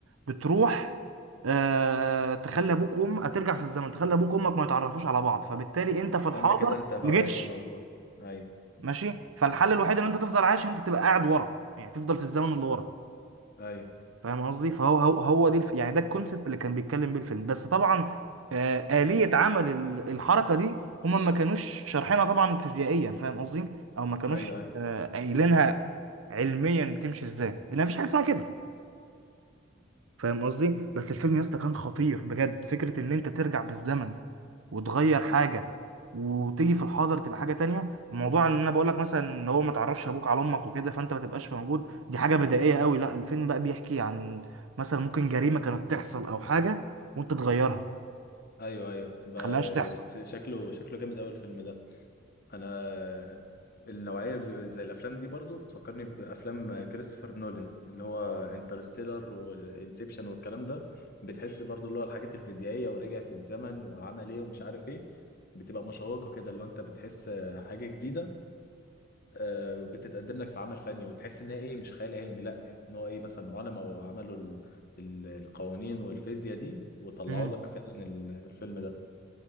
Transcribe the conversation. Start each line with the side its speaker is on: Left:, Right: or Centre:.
Right: بتروح آه تخلي ابوك وامك هترجع في الزمن تخلي ابوك وامك ما يتعرفوش على بعض فبالتالي انت في الحاضر
Left: فانت كده انت ما
Right: ما جيتش
Left: بقتش موجود ايوه
Right: ماشي فالحل الوحيد ان انت تفضل عايش ان انت تبقى قاعد ورا يعني تفضل في الزمن اللي ورا
Left: ايوه
Right: فاهم قصدي فهو هو, هو دي الف... يعني ده الكونسيبت اللي كان بيتكلم بيه الفيلم بس طبعا آه، آلية عمل ال- الحركة دي هما ما كانوش شارحينها طبعا فيزيائيا فاهم قصدي او ما كانوش
Left: ايوه ايوه
Right: آه، قايلينها علميا بتمشي ازاي لان مفيش حاجة اسمها كده فاهم قصدي بس الفيلم يا اسطى كان خطير بجد فكرة ان انت ترجع بالزمن وتغير حاجه وتيجي في الحاضر تبقى حاجه تانية موضوع ان انا بقول لك مثلا ان هو ما تعرفش ابوك على امك وكده فانت ما تبقاش موجود دي حاجه بدائيه قوي لا الفيلم بقى بيحكي عن مثلا ممكن جريمه كانت تحصل او حاجه وانت تغيرها
Left: ايوه ايوه ب-
Right: تخليهاش تحصل
Left: بس شكله شكله جامد قوي الفيلم ده انا النوعية اللي زي الافلام دي برضو بتفكرني بافلام كريستوفر نولان اللي هو انترستيلر وانسبشن والكلام ده بتحس برضو اللي هو الحاجات الفيزيائية ورجع في الزمن وعمل ايه ومش عارف ايه بتبقى مشوقة كده اللي هو انت بتحس حاجة جديدة آه، بتتقدم لك في عمل فني وتحس ان هي ايه مش خيال علمي لا تحس ان هو ايه مثلا علماء وعملوا ال- ال- القوانين والفيزياء دي وطلعوا
Right: مم.
Left: لك فعلا ال- الفيلم ده